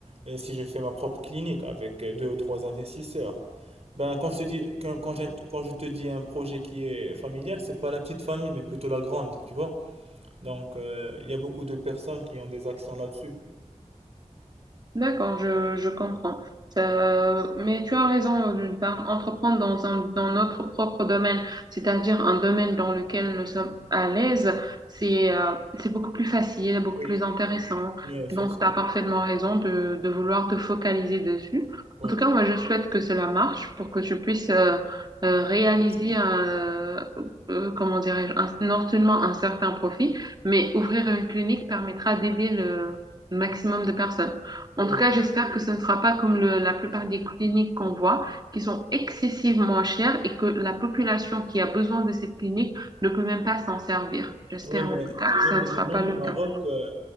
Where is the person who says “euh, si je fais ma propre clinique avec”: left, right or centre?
Right